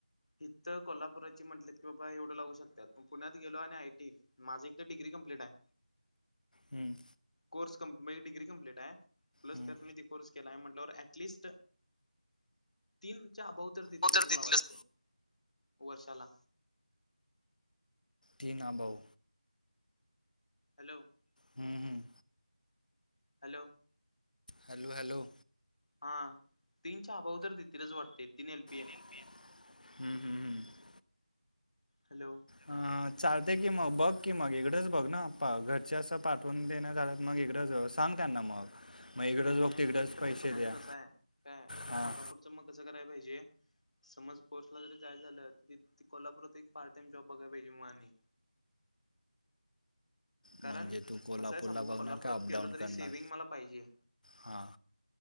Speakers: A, on the left; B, on the left.
A: इथं कोल्हापुराची म्हटलेत की, बाबा एवढं लागू शकत्यात. पुण्यात गेलो आणि आयटी, माझी एक तर डिग्री कम्पलीट हाय.
B: हम्म.
A: कोर्स कंप माझी डिग्री कम्प्लीट हाय, प्लस
B: हम्म.
A: त्यात मी ते कोर्स केलाय म्हटल्यावर ॲट लीस्ट. तीनच्या अबाव तर देतीलच
B: हो
A: मला
B: तिथलंच
A: वाटते, वर्षाला.
B: तीन अबाव.
A: हॅलो.
B: हम्म हम्म.
A: हॅलो.
B: Hello hello.
A: हा तीनच्या अबाव तर देतीलच वाटते, तीन एल पी ए.
B: हम्म, हम्म, हम्म.
A: हॅलो.
B: अ चालते की मग, बघ की मग, इकडंच बघ ना आप्पा, घरचे असं पाठवून देईना झालेत मग इकडंच. सांग त्यांना मग. मग
A: तसं
B: इकडंच
A: नाही
B: बघ तिकडंच
A: एक तर
B: पैसे
A: हे पुण्याच
B: द्या
A: तसं आहे, काय आणि
B: हां
A: कोल्हापूरच मग कसं कराय पाहिजे. समज कोर्सला जरी जाय झालं, तरी कोल्हापुरात एक पार्ट टाइम जॉब बघायला पाहिजे मग आणि. कारण
B: म्हणजे तू कोल्हापूरला
A: कस आहे सांगू,
B: बघणार
A: कोल्हापुरात
B: का अपडाऊन
A: केल
B: करणार
A: तरी सेविंग मला पाहिजे.
B: हां